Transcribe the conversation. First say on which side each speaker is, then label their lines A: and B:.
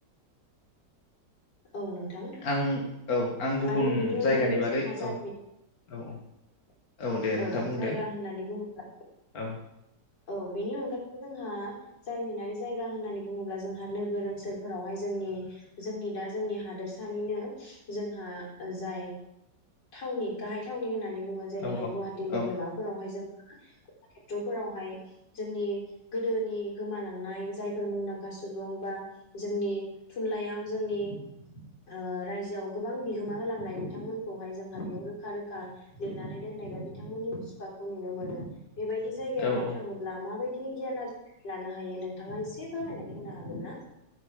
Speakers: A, on the left (about 75°); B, on the left (about 55°).
A: औ नोंथां
B: आं औ आं गुबुन
A: आरो बेनि अनगायैबो
B: जायगानि बागै
A: जोंहा जारिमिन
B: औ औ औ दे नोंथां
A: औ
B: बुं
A: जायगा
B: दे
A: होननानै बुङोब्ला
B: औ
A: औ बेनि अनगायैबो जोंहा जारिमिनारि जायगा होननानै बुङोब्ला जोंहा नोगोर ओनसोलफोरावहाय जोंनि जोंनि दा जोंनि हादोरसानिनो जोंहा जाय थावनि गाहाय थावनि होननानै बुङोे जेरैहाय
B: औ
A: गुवाहाटि
B: औ
A: नोगोरमाफोरावहाय जों एक्टर फोरावहाय जोंनि गोदोनि गोमालांनाय जायफोर मुंदांखा सुबुं बा जोंनि थुनलाइयाव जोंनि ओ रायजोआव गोबां बिहोमा होलांनाय बिथांमोनखौहाय जोंहा बेयाव रोखा रोखा लिरनानै दोननाय बा बिथांमोननि मुसुखाखौ नुनो मोनो। बेबायदि जायगायावहाय
B: औ औ
A: थाङोब्ला माबायदि गियान आरजि ना लानो हायो नोंथाङा एसे फोरमायनानै होनो हागोन ना?